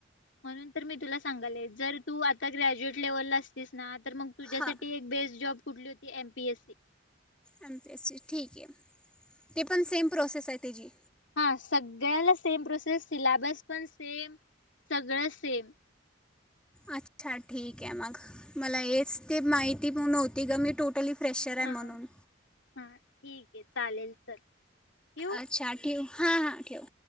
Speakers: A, on the left (about 70°); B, in the centre.
A: म्हणून तर मी तुला सांगालय जर तू आता ग्रॅज्युएट लेवलला असतीस ना तर मग तुझ्यासाठी
B: हां
A: एक बेस्ट जॉब पुुढली होती M. P. S. C.
B: M. P. S. C. ठीक आहे ते पण सेम प्रोसेस आहे त्याची.
A: हा, सगळ्याला सेम प्रोसेस, सिलॅबस पण सेम, सगळं सेम.
B: अच्छा ठीक आहे मग, मला हेच ते माहिती नव्हती ग मी टोटली फ्रेशर आहे
A: हा
B: म्हणून.
A: हा ठीक आहे चालेल चल ठेवू
B: अच्छा ठेवू. हां हां ठेव.